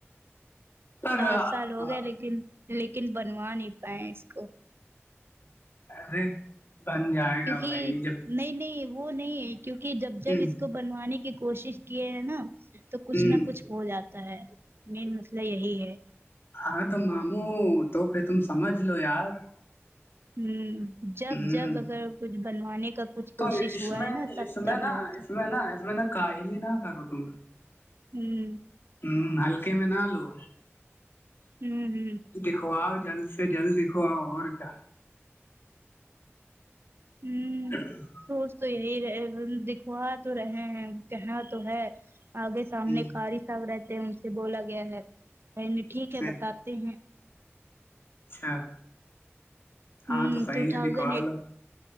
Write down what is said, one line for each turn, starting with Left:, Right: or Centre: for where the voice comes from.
Left: یار
Right: سات سال ہو
Left: پر
Right: گئے لیکن لیکن بنوا نہیں پائے اس کو
Left: ارے بن جائے
Right: کیونکہ
Left: گا بھائی جب
Right: نہیں نہیں وہ نہیں کیونکہ جب جب
Left: ہ
Right: اس کو بنوانے کی کوشش کیے ہیں نا تو کچھ
Left: ہ
Right: نہ کچھ ہو جاتا ہے مین مسئلہ یہی ہے
Left: ہاں تو ماموں تو پھر تم سمجھ لو یار
Right: ہیں جب
Left: ہ
Right: جب اگر کچھ بنوانے کا کچھ کوشش
Left: تو اس
Right: ہوا
Left: میں
Right: ہے نا تب
Left: اس
Right: تب
Left: میں
Right: یہ
Left: نا
Right: ہوتا
Left: اس
Right: ہے
Left: میں نا اس میں نا کاہل ہی نہ کرو تم
Right: ہوں
Left: ہوں ہلکے میں نہ لو
Right: ہوں ہ <unintelligible> <inaudible>
Left: دکھواؤ جلد سے جلد دکھواؤ اور کیا
Right: ہوں <unintelligible> <unintelligible>
Left: ہ <inaudible> <inaudible>
Right: سوچ تو یہی رہے دکھوا تو رہے ہیں کہاں تو ہے آگے
Left: کیا
Right: سامنے قاری صاحب رہتے ہیں ان سے بولا گیا ہے کہ نہیں ٹھیک ہے
Left: ہ
Right: بتاتے ہیں
Left: اچھا
Right: ہوں
Left: ہاں تو صحیح
Right: ٹو تھاؤزنڈ
Left: ہے دکھوا
Right: ایٹ
Left: لو